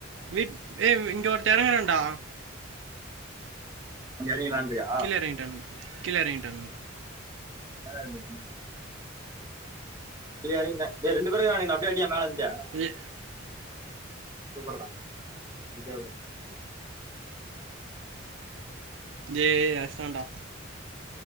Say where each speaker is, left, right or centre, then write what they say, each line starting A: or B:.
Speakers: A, on the right; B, on the right.
A: வீட்கிட்டே இங்க ஒருத்தே இறங்கறாண்டா
B: இங்க இறங்கிலான்றியா
A: கிழ ஏறங்கிடானுங்க கிழ ஏறங்கிடானுங்க
B: யாரு எறங்கிருக்கா பிரியாணி இல்ல செ ரெண்டு பேருக்கான அப்றோ எதுக்கு அடி ஏ மேலே எறிஞ்ச
A: ஜி
B: சூப்பர்டா பிசியா
A: டே அடுச்சாண்டா